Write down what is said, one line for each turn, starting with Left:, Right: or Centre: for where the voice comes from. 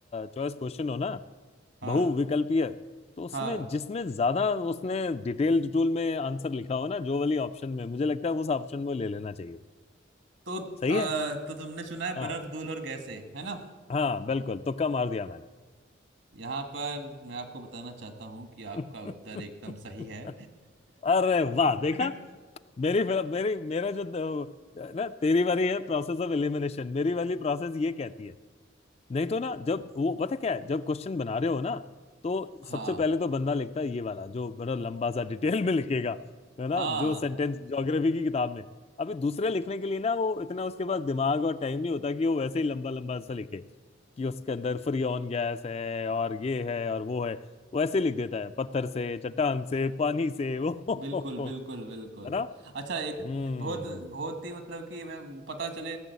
Left: चॉइस क्वेश्चन हो ना
Right: हाँ
Left: बहुविकल्पीय तो उसमें
Right: हाँ
Left: जिसमें ज्यादा उसने डिटेल्ड टूल में आंसर लिखा हो ना जो वाली ऑप्शन में मुझे लगता है उस ऑप्शन में ले लेना चाहिए
Right: तो
Left: सही
Right: आ,
Left: है
Right: तो तुमने सुना है
Left: हाँ
Right: बर्फ धूल और गैसें है ना
Left: हाँ बिल्कुल तुक्का मार दिया मैंने
Right: यहाँ पर मैं आपको बताना चाहता हूँ कि आपका
Left: <laughs>
Right: उत्तर एकदम सही है
Left: अरे वाह देखा
Right: <laughs>
Left: मेरी मेरी मेरा जो अ, ना तेरी वाली है प्रोसेस ऑफ एलिमिनेशन मेरी वाली प्रोसेस ये कहती है नहीं तो ना जब वो पता क्या है जब क्वेश्चन बना रहे हो ना तो
Right: हाँ
Left: सबसे पहले तो बंदा लिखता है ये वाला जो बड़ा लंबा सा डिटेल में लिखेगा है ना
Right: हाँ
Left: जो सेंटेंस ज्योग्राफी की किताब में अभी दूसरे लिखने के लिए ना वो इतना उसके पास दिमाग और टाइम नहीं होता कि वो वैसे ही लंबा लंबा सा लिखे कि उसके अंदर फ्रियोन गैस है और ये है और वो है वो ऐसे लिख देता है पत्थर से चट्टान से पानी से वो <laughs>
Right: बिल्कुल बिल्कुल बिल्कुल
Left: है ना
Right: अच्छा एक
Left: हम्म
Right: बहुत बहुत ही मतलब कि मैं पता चले